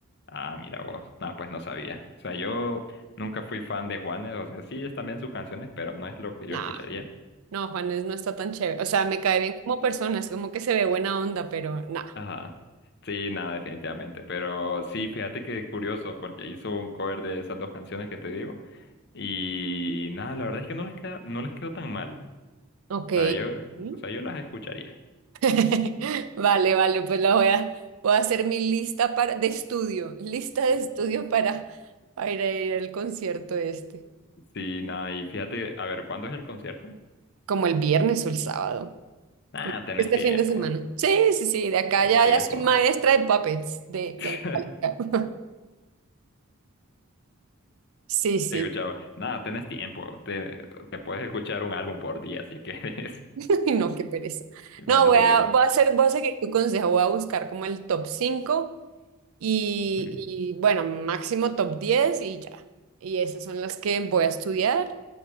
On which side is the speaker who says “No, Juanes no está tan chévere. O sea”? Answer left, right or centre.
Right